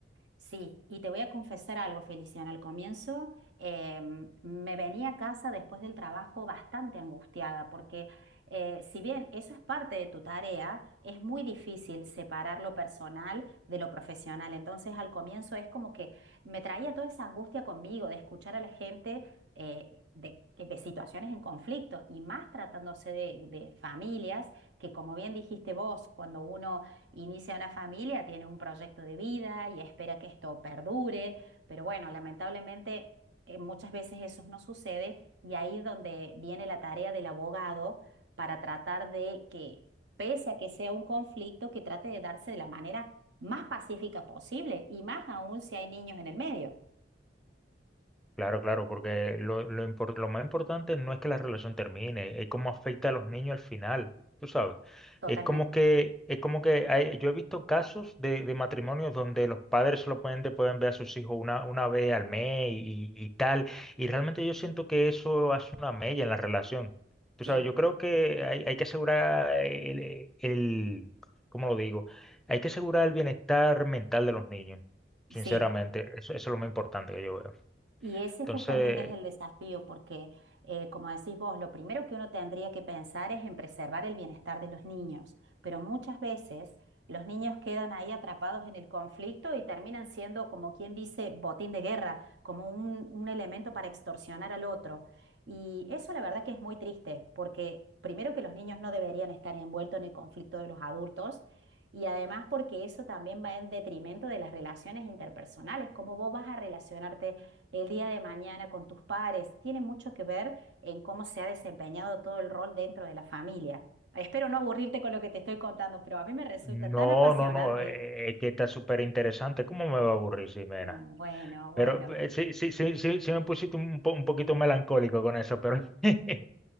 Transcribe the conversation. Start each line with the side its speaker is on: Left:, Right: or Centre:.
Right: Sí, y te voy a confesar algo, Feliciana. Al comienzo em, me venía a casa después del trabajo bastante angustiada porque eh, si bien eso es parte de tu tarea, es muy difícil separar lo personal de lo profesional. Entonces al comienzo es como que me traía toda esa angustia conmigo de escuchar a la gente eh, de, de situaciones en conflicto y más tratándose de de familias que, como bien dijiste vos, cuando uno Inicia una familia, tiene un proyecto de vida y espera que esto perdure, pero bueno, lamentablemente eh, muchas veces eso no sucede y ahí es donde viene la tarea del abogado para tratar de que, pese a que sea un conflicto, que trate de darse de la manera más pacífica posible y más aún si hay niños en el medio.
Centre: Claro, claro, porque lo, lo, impor- lo más importante no es que la relación termine, es cómo afecta a los niños al final, tú sabes.
Right: Totalmente,
Centre: Es como que, es como que hay- yo he visto casos de, de matrimonios donde los padres solamente pueden ver a sus hijos una, una vez al mes y, y tal, y realmente yo siento que eso hace una mella en la relación. Tú
Right: sí,
Centre: sabes, yo creo que hay, hay que asegurar el, el, ¿cómo lo digo? Hay que asegurar el bienestar mental de los niños, sinceramente,
Right: sí.
Centre: eso eso es lo más importante que yo veo.
Right: Y ese
Centre: Entonces,
Right: justamente es el desafío, porque eh, como decís vos, lo primero que uno tendría que pensar es en preservar el bienestar de los niños, pero muchas veces los niños quedan ahí atrapados en el conflicto y terminan siendo, como quien dice, botín de guerra, como un, un elemento para extorsionar al otro. Y eso la verdad que es muy triste, porque primero que los niños no deberían estar envueltos en el conflicto de los adultos. Y además porque eso también va en detrimento de las relaciones interpersonales, cómo vos vas a relacionarte el día de mañana con tus pares. Tiene mucho que ver en cómo se ha desempeñado todo el rol dentro de la familia. Espero no aburrirte con lo que te estoy contando, pero a mí me resulta
Centre: no,
Right: tan apasionante.
Centre: no, no, eh, es que está súper interesante. ¿Cómo me va a aburrir, Ximena?
Right: Ah, bueno, bueno,
Centre: Pero eh, sí, sí, sí, sí, sí me pusiste un, po- un poquito melancólico con eso, pero, <laughs>